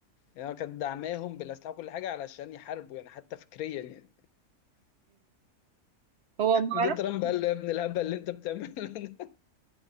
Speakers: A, on the left; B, on the right.
A: يعني هو كانت دعماهم بالأسلحة وكل حاجة علشان يحاربوا يعني حتى فكريا يعني
B: هو ما
A: جه
B: اعرفش
A: ترامب قال له يا ابن الهبل اللي أنت بتعمله ده